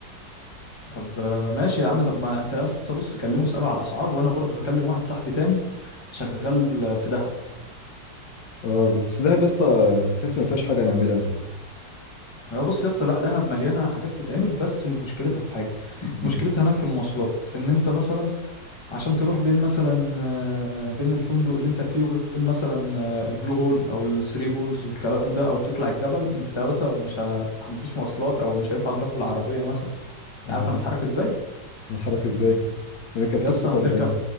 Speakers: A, on the left; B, on the left.
A: طب آه، ماشي يا عم طب ما انت يس بص كلمه اساله على الاسعار وانا برضو هكلم واحد صاحبي تاني شغال في دهب
B: اه بس ده يا اسطى حس ما فيهاش حاجة نعملها
A: هو بص يس لا دهب مليانه حاجات تتعمل بس مشكلتها في حاجه
B: مم.
A: مشكلتها هناك في المواصلات ان انت مثلا عشان تروح بين مثلا آه، بين الفندق اللي انت فيه وبين مثلا آه، البلو هول او الثري بولز والكلام ده او تطلع الجبل انت بس مش هتتح... مفيش مواصلات او مش هينفع نروح بالعربيه مثلا انت
B: اه
A: عارف هنتحرك ازاي
B: نتحرك ازاي نركب توك
A: يسا
B: توك
A: هنركب
B: ولا ايه